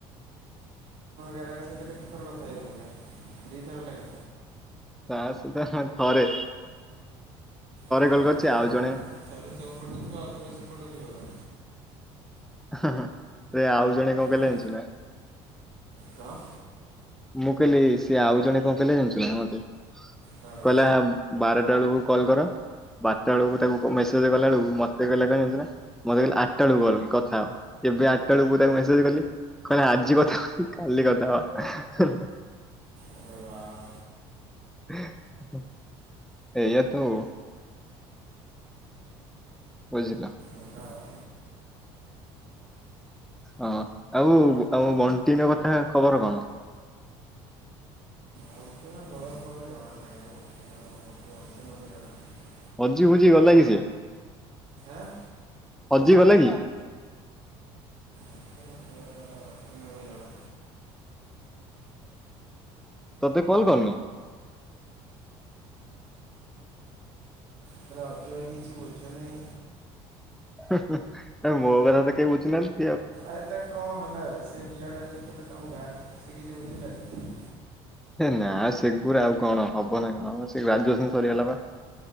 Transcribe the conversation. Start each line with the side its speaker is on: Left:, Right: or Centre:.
Right: ହେରୀକା ସହିତ କେତେଥର କଥା ହେଇଗଲୁଣି? ଦିଥର ଲ।
Centre: ତା ସହିତ ଥରେ।
Right: ଥରେ
Centre: କଲ୍ କରିଛି
Right: କ ଥରେ
Centre: ଆଉ ଜଣେ
Right: ଥରେ ତୋ ପଟୁ ଥିବ ଆଉ ଥରେ ସେପଟୁ ଥିବ ତ
Centre: ଆରେ ଆଉ ଜଣେ କଣ କହିଲେ
Right: ଆଁ
Centre: ଯାଣିଛୁ ନା?
Right: କଣ
Centre: ମୁଁ କହିଲି ସେ ଆଉ ଜଣେ କଣ କହିଲେ ଜଣିଛୁ ନା ମତେ
Right: କଣ?
Centre: କହିଲା ବାରଟା ବେଳକୁ କଲ୍ କର ବାରଟା ବେଳକୁ ତାକୁ ମେସେଜ କଲା ବେଳକୁ ମତେ କହିଲା କଣ ଜାଣିଛୁ ନା ମତେ ଆଠଟା ବେଳକୁ କଲ୍ ଥା ହ ଏବେ ଆଠଟା ବେଳକୁ ତାକୁ ମେସେଜ କଲି କହିଲେ ଆଜି କଥା ହବାନି କାଲି କଥା ହବା।
Right: ଆରେ ୱାଓ
Centre: ହ ଏୟା ତ ଆଉ। ବୁଝିଲ।
Right: ହେଲା ଆଉ।
Centre: ହଁ ଆଉ ଆଉ ବଣ୍ଟି ନ କଥା ଖବର କଣ?
Right: <unintelligible>
Centre: ହଜି ଫୋଜି ଗଲା କି ସେ?
Right: ଆଁ
Centre: ହଜି ଗଲେ କି?
Right: ବଣ୍ଟି ନା କୁଆଡ଼େ ଗଲା ବଣ୍ଟି ନକୁ ଜଣା।
Centre: ତୋତେ କଲ କରନି।
Right: ହେଲେ ଅଜୁ ଭାଇ କିଛି ବୁଝୁନହିଁ।
Centre: ଆ ମୋ କଥା ତ କେହି ବୁଝିନାହାନ୍ତି।
Right: ଏତ କଣ ହେଲା। <unintelligible>
Centre: ହେ ନା ସେଗୁରା ଆଉ କଣ ହବ ନା କ ସେ ଗ୍ରାଜୁଏସନ ସରିଗଲା ବା